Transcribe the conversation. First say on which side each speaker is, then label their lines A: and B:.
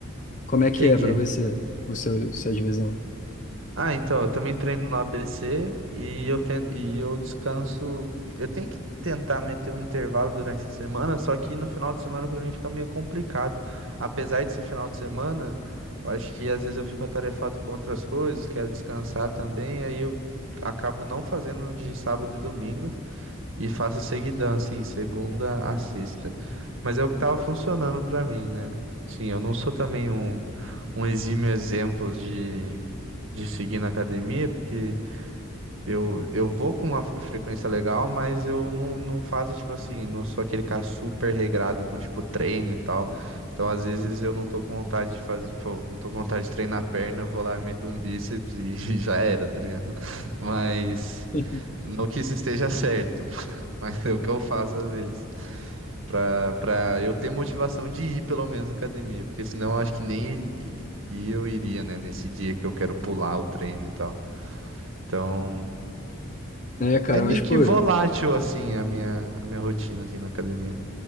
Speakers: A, on the left; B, on the right.
A: Como é que
B: Entendi.
A: é para você, o seu, sua divisão?
B: Ah, então, eu também treino no ABC e eu, ten- e eu descanso. Eu tenho que tentar meter um intervalo durante a semana, só que no final de semana pra mim fica meio complicado. Apesar desse final de semana, eu acho que às vezes eu fico atarefado com outras coisas, quero descansar também, aí eu acabo não fazendo de sábado e domingo. E faço seguidão, assim, segunda a sexta. Mas é o que tava funcionando pra mim, né? Sim, eu não sou também um, um exímio exemplo de, de seguir na academia, porque eu, eu vou com uma frequência legal, mas eu não, não faço, tipo assim, não sou aquele cara super regrado com, tipo, treino e tal. Então, às vezes, eu não tô com vontade de fazer, pô, não tô com vontade de treinar a perna, eu vou lá e meto um bíceps e, <laughs> e já era, tá ligado? Mas,
A: <laughs>
B: não que isso esteja certo, <laughs> mas é o que eu faço às vezes. Pra, pra eu ter motivação de ir, pelo menos, na academia, porque senão eu acho que nem i- i- eu iria, né, nesse dia que eu quero pular o treino e tal. Então.
A: né cara,
B: É meio
A: mas pô,
B: que volátil, assim, a minha, a minha rotina, assim, na academia.